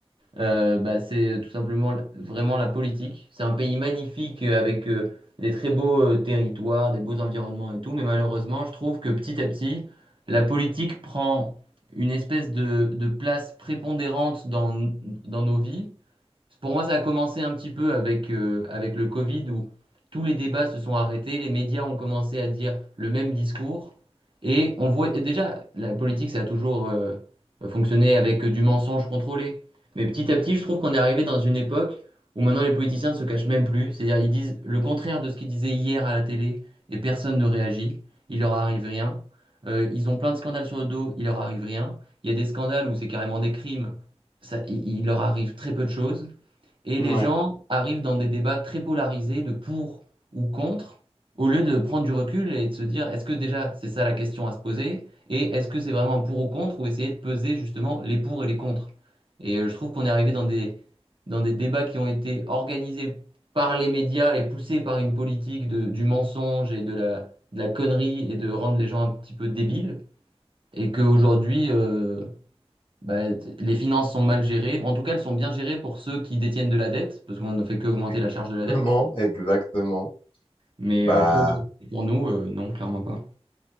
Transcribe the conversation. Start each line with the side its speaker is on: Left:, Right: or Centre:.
Right: euh, bah, c'est tout simplement l- vraiment la politique. C'est un pays magnifique euh, avec euh, des très beaux euh, territoires, des beaux environnements et tout, mais malheureusement, je trouve que petit à petit, la politique prend une espèce de, de place prépondérante dans, dans nos vies pour moi, ça a commencé un petit peu avec, euh, avec le Covid où tous les débats se sont arrêtés, les médias ont commencé à dire le même discours. Et on voit et déjà, la politique, ça a toujours euh, fonctionné avec du mensonge contrôlé. Mais petit à petit, je trouve qu'on est arrivé dans une époque où maintenant les politiciens ne se cachent même plus. C'est-à-dire, ils disent le contraire de ce qu'ils disaient hier à la télé et personne ne réagit. Il leur arrive rien. Euh, ils ont plein de scandales sur le dos, il leur arrive rien. Il y a des scandales où c'est carrément des crimes, ça, il il leur arrive très peu de choses. Et
Left: Ouais.
Right: les gens arrivent dans des débats très polarisés de pour ou contre, au lieu de prendre du recul et de se dire, est-ce que déjà c'est ça la question à se poser, et est-ce que c'est vraiment un pour ou contre, ou essayer de peser justement les pour et les contre. Et euh, je trouve qu'on est arrivé dans des, dans des débats qui ont été organisés par les médias et poussés par une politique de- du mensonge et de la, de la connerie et de rendre les gens un petit peu débiles, et qu'aujourd'hui, euh, bah, t- les finances sont mal gérées. En tout cas, elles sont bien gérées pour ceux qui détiennent de la dette, parce qu'on ne fait qu'augmenter
Left: Exactement,
Right: la charge de la dette.
Left: exactement.
Right: Mais
Left: Bah,
Right: euh, pour, pour nous, euh, non, clairement pas.